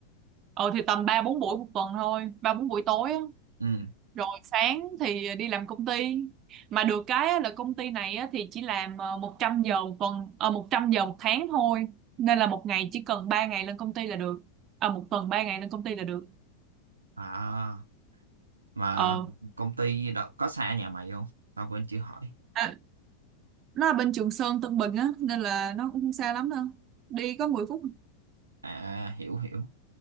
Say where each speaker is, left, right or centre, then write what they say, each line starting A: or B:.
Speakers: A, on the right; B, on the right.
A: ừ thì tầm ba bốn buổi một tuần thôi ba bốn buổi tối á
B: ừ
A: rồi sáng thì đi làm công ty mà được cái á, là công ty này á, thì chỉ làm ờ, 100 giờ một tuần ờ, 100 giờ một tháng thôi nên là một ngày chỉ cần 3 ngày lên công ty là được ờ, một tuần 3 ngày lên công ty là được
B: à mà
A: ờ
B: công ty đó có xa nhà mày không tao quên chưa hỏi
A: à, nó là bên Trường Sơn Tân Bình á nên là nó cũng không xa lắm đâu đi có mười phút
B: à hiểu hiểu